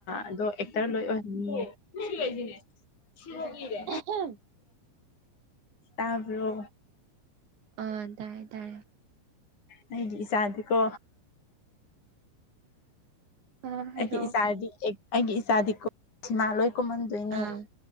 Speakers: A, on the left; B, on the right.
A: ꯑꯗꯣ ꯑꯦꯛꯇꯔ ꯂꯣꯏ ꯑꯣꯏꯍꯟꯅꯤꯌꯦ ꯑꯗꯣ ꯁꯤꯒꯩ ꯁꯤꯅꯦ ꯁꯤꯕꯨꯛ ꯏꯔꯦ
B: ꯑ ꯍꯝ
A: ꯇꯥꯕ꯭ꯔꯣ
B: ꯑ ꯇꯥꯔꯦ ꯇꯥꯔꯦ
A: ꯑꯩꯒꯤ ꯏꯆꯥꯗꯤꯀꯣ
B: ꯑꯥ ꯍꯥꯏꯔꯛꯑꯣ
A: ꯑꯩꯒꯤ ꯏꯆꯥꯗꯤ ꯑꯦꯛ ꯑꯩꯒꯤ ꯏꯆꯥꯗꯤꯀꯣ ꯁꯤꯃꯥ ꯂꯣꯏ ꯀꯨꯝꯍꯟ ꯗꯣꯏꯅꯦ
B: ꯑꯥ